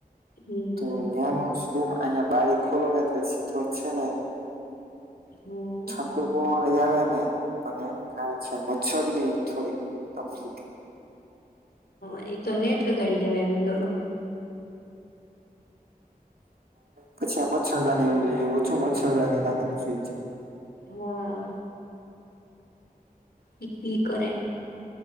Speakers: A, on the left; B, on the right.
A: હમ
B: તો <unintelligible> ખૂબ અહિયાં બારી ખોલો ને એટલે છી તો છે ને.
A: હમ.
B: ઠંડો પવન જ આવે ને. પણ એક કારણ છે મચ્છર ની થોડીક તફલીક.
A: હ એ તો નેટ લગાડી દેવાય વિન્ડોમાં.
B: પછી હું મચ્છરદાની હું લાય વો છું મચ્છરદાની રાખેલ છે.
A: હા. <unintelligible> કરે.